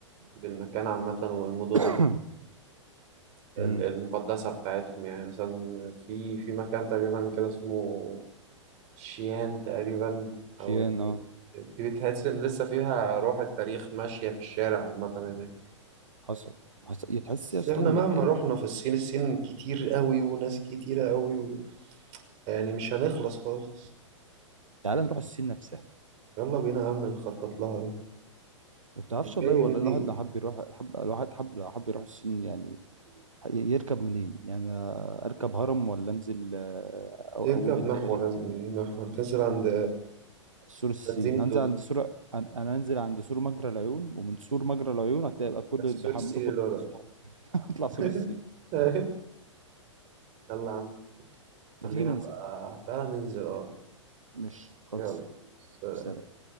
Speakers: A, on the right (about 40°); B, on the right (about 85°).
A: بالمكان عامة والمدن
B: <coughs>
A: ال-
B: أمم.
A: المقدسة بتاعتهم يعني مثلا في في مكان تقريبا كده اسمه شيان تقريبا
B: شيان
A: أو
B: اه
A: دي بتحس إن لسه فيها روح التاريخ ماشية في الشارع عامة هناك
B: حصل حصل يا تحس
A: بس
B: يا اسطى
A: احنا
B: ان
A: مهما
B: ال- ال-
A: رحنا في الصين الصين كتير قوي وناس كتيرة قوي و... يعني مش هنخلص خالص
B: تعال نروح الصين نفسها
A: يلا بينا يا عم نخطط لها
B: ما بتعرفش والله
A: جاي
B: ولا
A: مني
B: الواحد لو حب يروح الحب الواحد حب لو حب يروح الصين يعني ي- يركب منين يعني أنا اركب هرم ولا انزل آه، او
A: تركب
B: اول الدائري
A: محور لازم يعني محور تنزل عند
B: سور الصين
A: بنزين التوتال
B: انزل عند سور أن- انا انزل عند سور مجرى العيون ومن سور مجرى العيون هتلاقي بقى كل
A: ده السور
B: اللي بيحملوا
A: السيري
B: كل
A: اللي ورا
B: اسوان <laughs> اطلع سور
A: <laughs>
B: الصين
A: يلا يا عم خلينا
B: ما تيجي ننزل
A: بقى تعالى ننزل اه
B: مش خلص
A: يلا سلام.
B: سلام